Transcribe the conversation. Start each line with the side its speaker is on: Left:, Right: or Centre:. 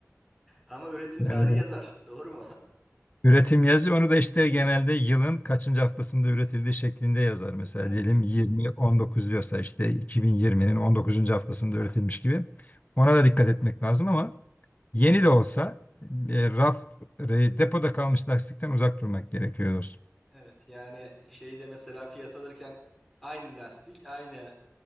Centre: Ama üretim
Left: Yani
Centre: tarihi yazar. Doğru mu?
Left: Üretim yazıyor. Onu da işte genelde yılın kaçıncı haftasında üretildiği şeklinde yazar. Mesela
Centre: <laughs> Evet.
Left: diyelim 20-19 diyorsa işte 2020'nin 19. haftasında üretilmiş gibi. Ona da dikkat etmek lazım ama yeni de olsa e, raf, e, depoda kalmış lastikten uzak durmak gerekiyor dostum.
Centre: Evet yani şeyde mesela fiyat alırken aynı lastik, aynı